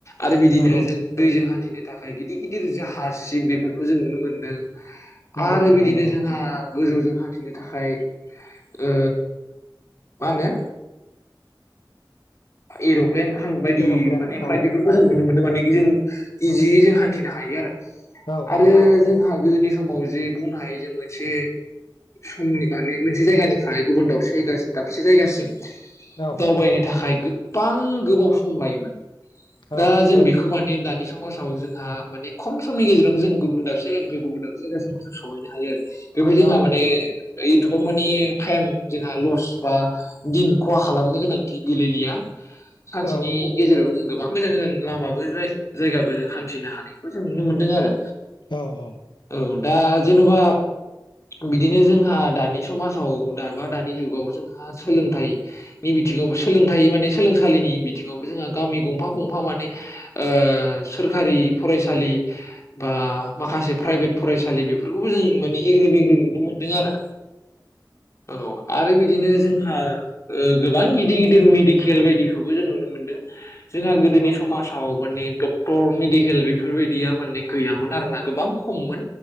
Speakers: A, on the left; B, on the left.
A: आरो बिदिनो
B: नंगौ
A: जों दैजों हान्थिनो थाखाय गिदिर गिदिर जाह सिब बेफोरखौ जों नुनो मोन्दों
B: नंगौ
A: आरो
B: नोंथां
A: बिदिनो
B: नंगौ
A: जोंहा गोजौजों हान्थिनो थाखाय ओ मा नो एर'प्लेन बायदि
B: एर'प्लेन
A: माने फ्लाइट
B: औ
A: बेफोरखौ जों नुनो मोन बेमानि जों इजि जों हान्थिनो हायो आरो
B: औ
A: आरो
B: औ
A: जोंहा गोदोनि समाव जे बुंनो हायो जों मोनसे समनि माने मोनसे जायगानिफ्राय गुबुन दावसे जायगा दाबसे जायगासिम
B: औ
A: दावबायनो थाखाय गोबां गोबाव सम लायोमोन।
B: औ
A: दा जों बेखौ मानि दानि दानि समाजाव जोंहा माने खम समनि गेजेरजों जों गुबुन दाब जायगानिफ्राय गुबुन दाब जायगासिम जों सहैनो हायो आरो। बेवहाय जोंहा
B: औ
A: माने ओय माने टाइम जोंहा लस बा दिन खहा खालामनो गोनांथि गैेलायलिया। सानसेनि
B: औ
A: गेजेरावनो जों गोब गोजान गोजान लामाबो जाय जायगाबो जों हान्थिनो हानायखौ जों नुनो मोन्दों आरो।
B: औ औ
A: औ दा जेनबा बिदिनो जोंहा दानि समाजाव दा दानि जुगाव जोंहा सोलोंथाइ बिथिङावबो सोलोंथ माने सोलोंसालिनि बिथिावबो जों गामि गं फां गफां माने ओ सोरखारि फसालि बा माखासे फ्राय इभेट फरायसालि बेफोरखौबो जों माने एग्रि बेग्रि नुनो मोन्दों आरो। औ आरो बिदिनो जोंहा ओ गोबां गिदिर गिदिर मेडिकेल बायदिखौबो जों नुनो मोनदों। जोंहा गोदोनि समाजाव माने डक्टर मेडिकेल बेफोरबायदिया माने गैयामोन आर ना गोबां खममोन।